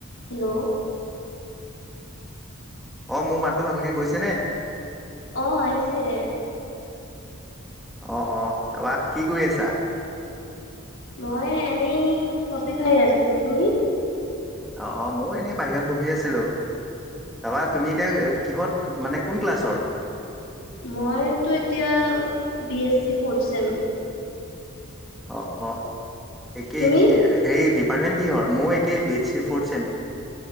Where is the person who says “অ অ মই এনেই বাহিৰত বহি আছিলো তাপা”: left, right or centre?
Centre